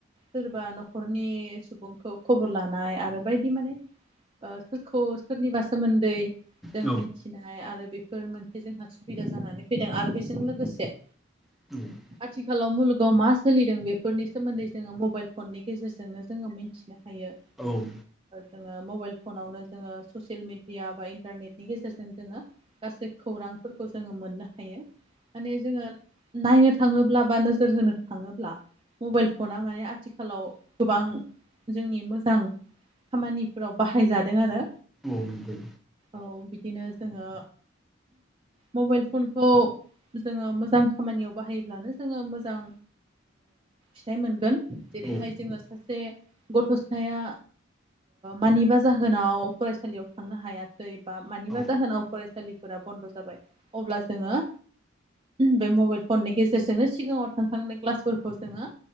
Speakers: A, on the right; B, in the centre.
A: सोरबा न'खरनि सुबुंखौ खबर लानाय आरो बायदि माने सोरखौ सोरनिबा सोमोन्दै जोङो
B: औ
A: मिथिनाय आरो बेफोर मोनसे जोंहा सुबिदा जानानै फैदों आरो बेजों लोगोसे
B: <inaudible>
A: आथिखालाव मुलुगाव मा सोलिदों बेफोरनि सोमोन्दै जोङो मबाइल फननि गेजेरजोंनो जोङो मिथि नोहायो
B: औ
A: जोङो मबाइल फनावनो जोङो ससियेल मिेडिया बा इन्टारनेटनि गेजेरजों जोङो गासै खौरांफोरखौ जोङो मोननो हायो माने जोङो नायनो थाङोब्ला बा नोजोर होनो थाङोब्ला मबाइल फना माने आथिखालाव गोबां जोंनि मोजां खामानिफोराव बाहायजादों आरो
B: औ नंगौ
A: औ बिदिनो जोङो मबाइल फनखौ जोङो मोजां खामानियाव बाहायोब्लानो जोङो मोजां फिथाइ मोनगोन जेरैहाय
B: औ
A: जोङो सासे गथ'सथायाया मानिबा जाहोनाव फरायसालियाव थांनो हाया जैबा मानिबा
B: औ
A: जाहोनाव फरायसालिफोरा बन्द' जाबाय अब्ला जोङो बे मबाइल फननि गेजेरजोंनो सिगाङाव थांखांनाय क्लासफोरखौ जोङो